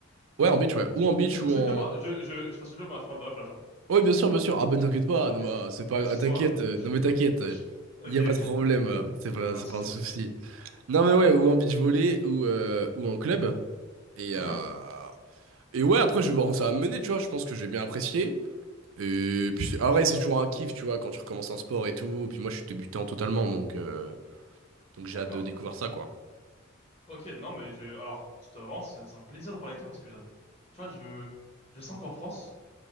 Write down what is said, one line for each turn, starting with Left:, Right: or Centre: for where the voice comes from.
Right: Ouais, en beach, ouais. Ou en beach
Left: je t'insulte
Right: ou en...
Left: pas. Je, je, je t'insulte pas. Je parle de la plage, hein.
Right: Oui, bien sûr, bien sûr. Ah ben t'inquiète pas,
Left: Ah,
Right: non
Left: ok,
Right: bah,
Left: ok.
Right: c'est pas...
Left: Ah, Excuse-moi.
Right: ah, t'inquiète, euh,
Left: Je,
Right: non mais t'inquiète,
Left: je- Ok,
Right: il y a pas
Left: ok.
Right: de problème, euh, c'est pas,
Left: Pas
Right: c'est
Left: de souci,
Right: pas un souci.
Left: pas de souci.
Right: Non mais ouais, ou en beach volley ou, euh, ou en club. Et,
Left: Hein?
Right: euh,
Left: hein?
Right: et ouais, après je vais voir où ça va me mener, tu vois, je pense que je vais bien apprécier. Et puis, c'est- ah ouais, c'est toujours un kiff, tu vois, quand tu recommences un sport et tout. Et puis moi je suis débutant totalement, donc, euh, donc j'ai
Left: D'accord.
Right: hâte de découvrir ça, quoi.
Left: Ok, non, mais je, alors, je t'avance. C'est c'est un plaisir de parler avec toi parce que j'ad- tu vois, je, je sens qu'en France,